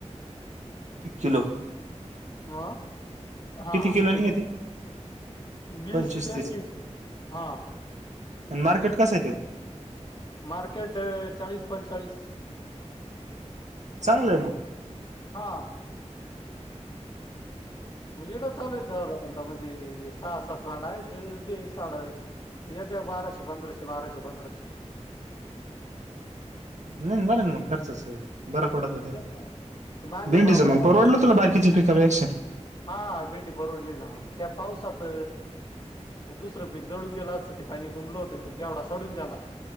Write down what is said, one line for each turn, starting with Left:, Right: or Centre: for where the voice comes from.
Right: एक किलो.
Left: हं हा
Right: किती किलो
Left: चिडु.
Right: निघती
Left: वीस,
Right: पंचवीस
Left: तेहतीस हा.
Right: अन मार्केट कसं आहे तेला?
Left: मार्केट चाळीस, पंचेचाळीस. <inaudible>
Right: चांगलं आहे मग.
Left: हा. इथ चालु आहे म्हणजे सहा, सात <unintelligible> येत्या बाराशे, पंधराशे, बाराशे, पंधराशे. <unintelligible>
Right: नाही बरं मग खर्चाच. बरं पडत
Left: हा मग
Right: ते
Left: तेच ना ते मागे
Right: भिंडीचं
Left: भाव उतरला
Right: मग परवडलं तुला बाकीचे पिक बेकक्षा?
Left: हा भिंडी परवडली ना त्या पावसात. दुसरं पीक जळून गेला असत ते पाणी चुंबलं घेवढा सडून गेला.